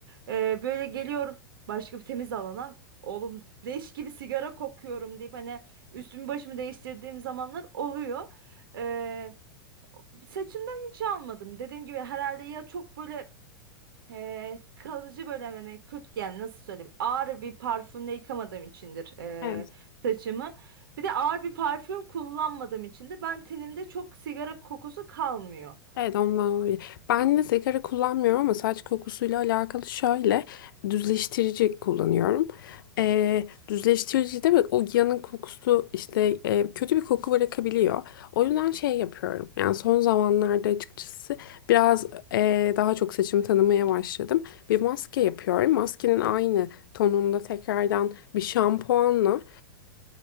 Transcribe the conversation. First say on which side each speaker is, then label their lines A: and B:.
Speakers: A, on the right; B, on the left.
A: E, böyle geliyorum başka bir temiz alana. Oğlum leş gibi sigara kokuyorum deyip hani üstümü başımı değiştirdiğim zamanlar oluyor. Ee, saçımdan hiç almadım. Dediğim gibi herhalde ya çok böyle e, kalıcı böyle hani kötü yani nasıl söyleyeyim ağır bir parfümle yıkamadığım içindir e,
B: Evet.
A: saçımı. Bir de ağır bir parfüm kullanmadığım içindir. Ben tenimde çok sigara kokusu kalmıyor.
B: Evet ondan olabilir. Ben de sigara kullanmıyorum ama saç kokusuyla alakalı şöyle düzleştirici kullanıyorum. Ee, düzleştirici de o yanın kokusu işte e, kötü bir koku bırakabiliyor. O yüzden şey yapıyorum. Yani son zamanlarda açıkçası biraz e, daha çok saçımı tanımaya başladım. Bir maske yapıyorum. Maskenin aynı tonunda tekrardan bir şampuanla